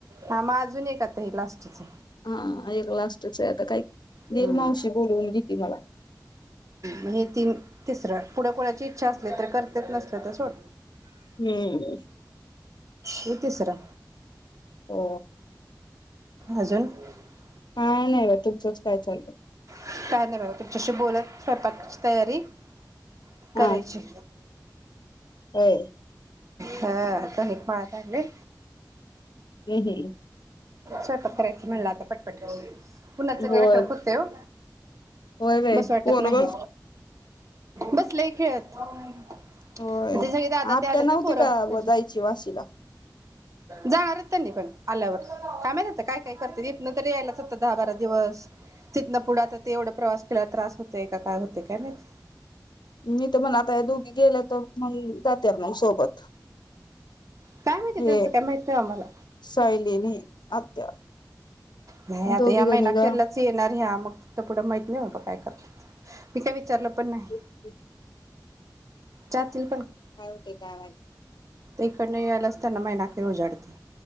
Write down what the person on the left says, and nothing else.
हा एक लास्टच हाय आता काही दिल
मावशी बोलवून घिती मला.
हम्म
हो
काय नाही बघा. तुमचंच काय चाललंय.
हा होय
किली
होय
होय बाई
पोरग
होय
आत्या
नव्हती
का जायची वाशीला
मी तर म्हण आता या दोघी गेल्या तर मग जाते आपणं सोबत.
हे
सायली नी आत्या
दोघी
जणी
ग
काय
काय हुतयं काय माहित.